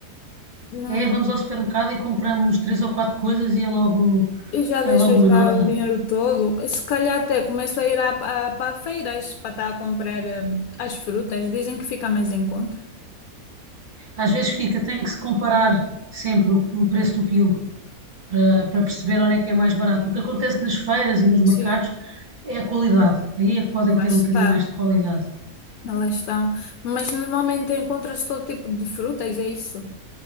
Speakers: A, on the left; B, on the right.
A: Não,
B: É, vamos ao supermercado e compramos três ou quatro coisas e é logo,
A: e já deixas
B: é logo uma
A: lá
B: nota.
A: o dinheiro todo. E Se calhar até começo a ir à, à, para feiras para estar a comprar hum, as frutas. Dizem que fica mais em conta.
B: Às vezes fica, tem que se comparar sempre o, o preço do quilo para, para perceber onde é que é mais barato. O que acontece nas feiras e nos mercados
A: Sim,
B: é a qualidade. Aí é que podem
A: lá
B: ter
A: está.
B: um bocadinho mais de qualidade.
A: Elas estão. Mas normalmente encontra-se todo tipo de frutas, é isso?